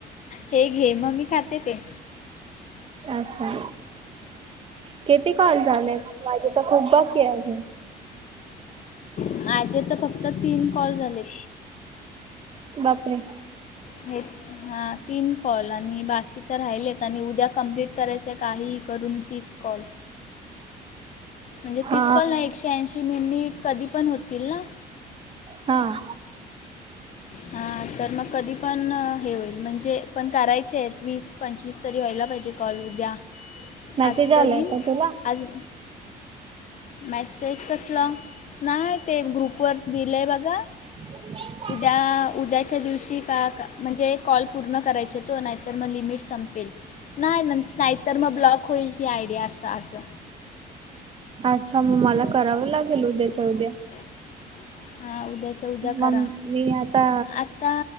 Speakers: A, on the left (about 45°); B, on the right (about 35°).
A: हे घे मंग मी खांते ते
B: अच्छा किती कॉल झाले माझे तरं खूपचं बाकी आहे अजूंन.
A: माझे तरं फक्तं तीनं कॉल झालेत.
B: बापरे
A: हे हां तीनं कॉल आणि बाकी तरं राहिलेत आणि उद्यां कम्प्लीट करायचंय कांहींही करूंन तिस कॉल म्हणजे
B: हा
A: तिस कॉल नाहीं एक श्यानशी मिनीटं कधीं पणं होतील नां
B: हां.
A: हां तरं मंग कधीं पणं हे होईल म्हणजे पणं करायचे आहेतं वीस, पंचवीस तरी व्हांयला जे कॉल उद्यां
B: मेसेज
A: आंज करीन
B: आलाय का तुला?
A: आंज मेसेज कसंला नाहीं ते ग्रुपवरं दिलंय बघां
B: ते च्यांम
A: त्यां उद्यांच्या दिवशी कां कां म्हणजे कॉल पूर्ण करायचे तो नाहींतरं मंग लिमिट संपेल नाहीं नंत नाहींतरं मंग ब्लॉक होईल ती आयडिया असं असतं
B: अच्छा मंग मलां करावं लागेल उद्यांच्या उद्यां
A: हम्मं हां उद्यांच्या उद्यां करां
B: मग मी आता
A: आंता